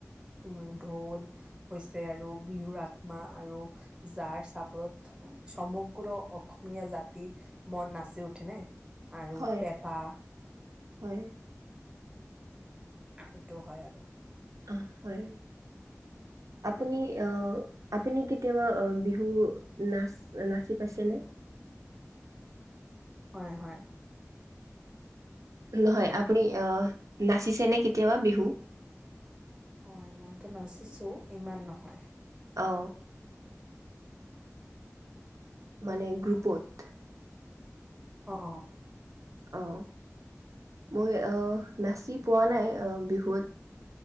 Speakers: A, on the right (about 15°); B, on the right (about 80°).
A: উ ঢোল হৈছে আৰু বিহুৰ আত্মা আৰু যাৰ চাপৰত সমগ্ৰ অসমীয়া জাতি মন নাচি উঠেনে আৰু
B: হয়
A: পেঁপা
B: হয়।
A: এইটোও হয় আৰু।
B: অ হয়। আপুনি অ আপুনি কেতিয়াবা অ বিহু নাচ নাচি পাইছে নে?
A: হয় হয়।
B: নহয় আপুনি অ নাচিছে নে কেতিয়াবা বিহু?
A: হয় মইতো নাচিছো ইমান নহয়।
B: অ। মানে গ্ৰুপত।
A: অ অ।
B: অ মই অহ নাচি পোৱা নাই অহ বিহুত।